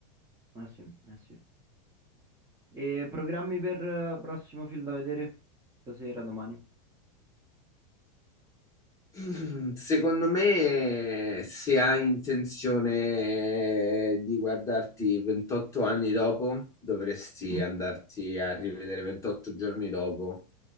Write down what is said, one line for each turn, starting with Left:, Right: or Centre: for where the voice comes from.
Right: Eh sì, eh sì. E programmi per eh, prossimo film da vedere stasera, domani?
Left: <clears throat> Mm, Secondo me, se hai intenzione di guardarti 28 anni dopo, dovresti
Right: <laughs>
Left: andarti a rivedere 28 giorni dopo